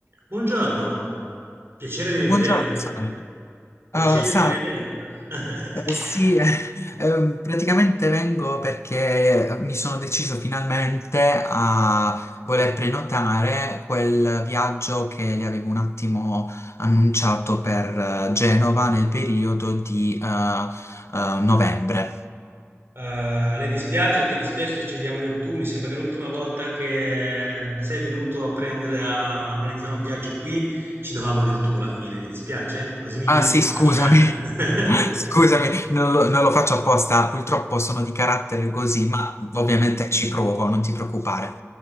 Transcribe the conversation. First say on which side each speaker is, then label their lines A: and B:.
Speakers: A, on the right (about 50°); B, on the left (about 60°).
A: Buongiorno, piacere di rivederla.
B: Buongiorno, salve.
A: Piacere
B: Eh, salve.
A: di rivederla. <laughs>
B: Eh, sì, <laughs> ehm, praticamente vengo perché eh, mi sono deciso finalmente a voler prenotare quel viaggio che le avevo un attimo annunciato per eh, Genova nel periodo di eh, eh, novembre.
A: Eh, le dispiace, ti dispiace se ci diamo del tu? Mi sembra che l'ultima volta che sei venuto a prendere a a organizzare un viaggio qui ci dovevamo del tu alla fine, ti dispiace? Così mi
B: Ah
A: viene
B: sì,
A: più facile.
B: scusami.
A: eh?
B: <laughs> Scusami,
A: <laughs>
B: non lo, non lo faccio apposta, purtroppo sono di carattere così, ma
A: Mm,
B: ovviamente ci provo, non ti preoccupare.